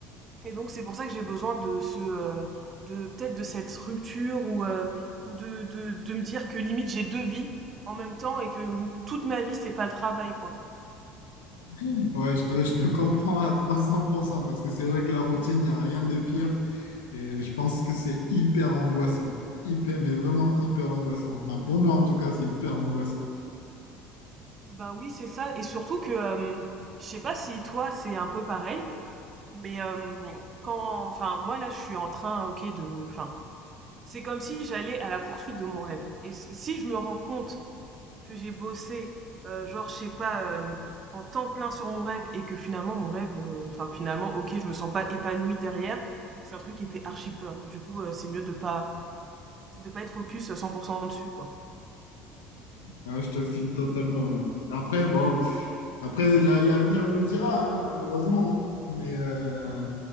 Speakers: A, on the right; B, on the left.
A: et donc c'est pour ça que j'ai besoin de ce, heu, de peut-être de cette rupture ou, heu, ou de de de me dire que limite j'ai 2 vies en même temps et que, mmh, toute ma vie c'est pas le travail, quoi.
B: <laughs> Ouais, je te, je te comprends à 300% parce que c'est vrai que la routine, il n'y a rien de pire et je pense que c'est hyper angoissant. Hyper, mais vraiment hyper angoissant. Enfin, pour moi en tout cas, c'est hyper angoissant.
A: Bah oui, c'est ça. Et surtout que, euh, je sais pas si toi c'est un peu pareil, mais euh, quand, enfin moi là je suis en train, ok, de, enfin c'est comme si j'allais à la poursuite de mon rêve. Et s- si je me rends compte que j'ai bossé, euh, genre je sais pas, euh, en temps plein sur mon rêve et que finalement mon rêve, euh, enfin finalement ok, je me sens pas épanouie derrière, c'est un truc qui me fait archi peur. Du coup, euh, c'est mieux de pas de pas être focus à 100% dessus quoi.
B: Ah, je te file totalement. hein. Après, bon, après, la- l'avenir nous dira, hein, malheureusement. Mais, euh,